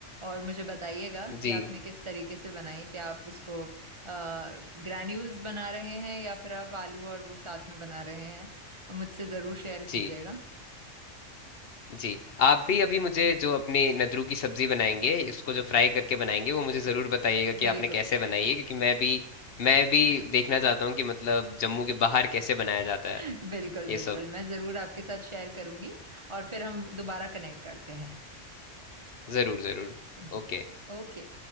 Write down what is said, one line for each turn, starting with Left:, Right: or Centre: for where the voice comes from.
Right: और मुझे बताइएगा कि
Left: जी,
Right: आपने किस तरीके से बनाई क्या आप उसको ग्रैन्यूल्स बना रहे हैं या फिर आप आलू और वो साथ में बना रहे हैं मुझसे जरूर शेयर कीजिएगा
Left: जी, जी। आप भी अभी मुझे जो अपने नद्रू की सब्जी बनाएंगे, इसको जो फ्राई करके बनाएंगे वो मुझे जरूर बताइएगा कि
Right: बिल्कुल
Left: आपने कैसे बनाई है क्योंकि मैं भी मैं भी देखना चाहता हूँ कि मतलब जम्मू के बाहर कैसे बनाया जाता
Right: <laughs>
Left: है
Right: बिल्कुल
Left: ये सब।
Right: बिल्कुल मैं जरूर आपके साथ शेयर करूंगी और फिर हम दोबारा कनेक्ट करते हैं
Left: ज़रूर, ज़रूर।
Right: जी
Left: ओके।
Right: ओके